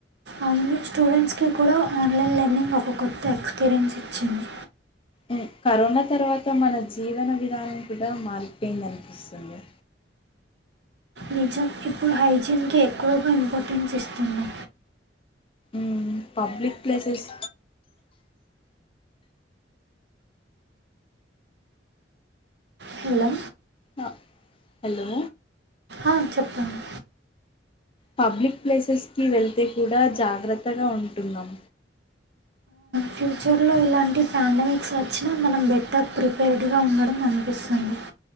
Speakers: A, on the right; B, on the left.
A: అవును స్టూడెంట్స్కి కూడా ఆన్లైన్ లెర్నింగ్ ఒక కొత్త ఎక్స్పీరియన్స్ ఇచ్చింది.
B: ఊ కరోనా తర్వాత మన జీవన విధానం కూడా మారిపోయిందనిపిస్తుంది.
A: నిజం ఇప్పుడు హైజీన్ కి ఎక్కువగా ఇంపార్టెన్స్ ఇస్తున్నా.
B: ఊ పబ్లిక్ ప్లేసెస్
A: హలో
B: అ హలో
A: ఆ చెప్పండి
B: పబ్లిక్ ప్లేసెస్ కి వెళ్తే కూడా జాగ్రత్తగా ఉంటున్నాం.
A: ఫ్యూచర్లో ఇలాంటి పాండమిక్స్ వచ్చినా మనం బెట్టర్ ప్రిపేర్డ్ గా ఉండడం అనిపిస్సుంది.